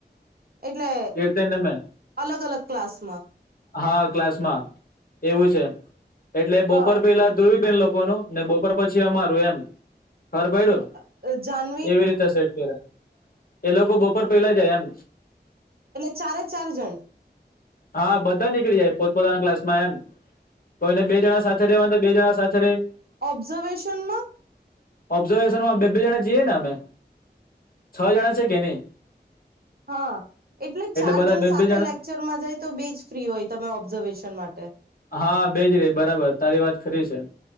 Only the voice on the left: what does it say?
કીર્તનને મેં
હા ક્લાસમાં એવું છે એટલે બપોર
પેલા ધુવી બેન લોક કોનું ને બપોર પછી અમારું એમ ખબર પયડુ.
એવી રીતે સેટ કર્યા એ લોકો બપોર પેલા જાય એમ?
હા બધા નીકળી જાય પોતપતાના ક્લાસ માં એમ તો એને બે જણા સાથે રહેેવાનું તો બે જણા સાથે રે <unintelligible>
ઓબ્ઝર્વ. બે બે જણા જીએ ને અમે છ જણા છે કે નહી?
બધા
બે
બે જણા
હા બેજ રહી બરાબર તારી વાત ખરી છે.